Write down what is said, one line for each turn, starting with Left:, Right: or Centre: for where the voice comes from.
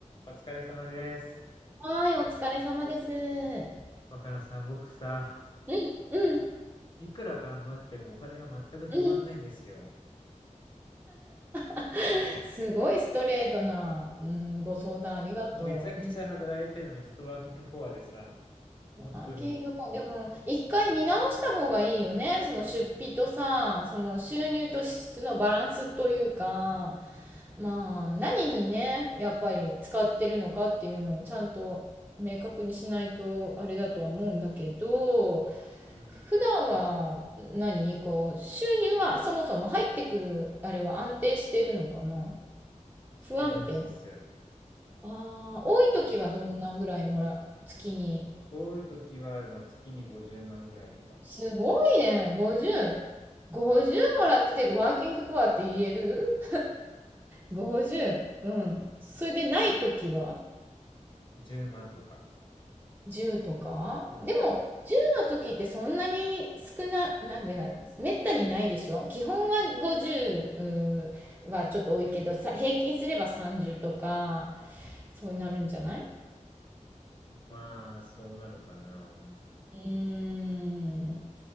Left: お疲れ様です。
Right: はーい、お疲れ様です。う
Left: 若菜さん、僕さ、
Right: ん、うん、
Left: いくら頑張ってもお金が全くたまんないんですよ。
Right: うん。<laughs> すごいストレートな、うん、ご相談ありがとう。
Left: もうめちゃくちゃ働いてるのに、
Right: うん
Left: ちょっとワーキングポアでさ、本当に、
Right: ランキングパン、でも、一回見直した方がいいよね。その出費とさ、その収入と支出のバランスというか、まあ、何にね、やっぱり使ってるのかっていうのをちゃんと明確にしないとあれだとは思うんだけど、
Left: うん、
Right: 普段は何こう、収入はそもそも入ってくる、あれは安定してるのかな
Left: してないです。
Right: 不安定な。ああ、多い時はどんなぐらいもら、
Left: うん、
Right: 月に。
Left: 多い時は、まあ、月に50万ぐらいとか、
Right: すごいね。50。50もらってて、
Left: うん、
Right: ワーキングプアって言える ?50 <laughs>。うん。それでないときは
Left: うん、10万とか、
Right: ?10 とかでも、
Left: うん、
Right: 10の時ってそんなに少な、なんでな、めったにないでしょ基本は50ううーはちょっと多いけど、さ、平均すれば30とか、そうなるんじゃない
Left: まあ、そうなるかな。うん
Right: うーん。